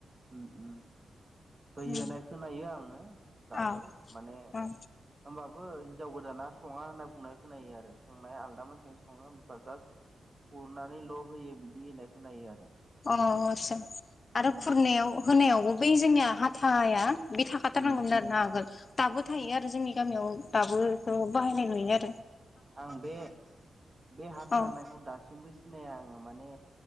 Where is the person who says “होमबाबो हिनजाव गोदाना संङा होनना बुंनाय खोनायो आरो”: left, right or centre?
Right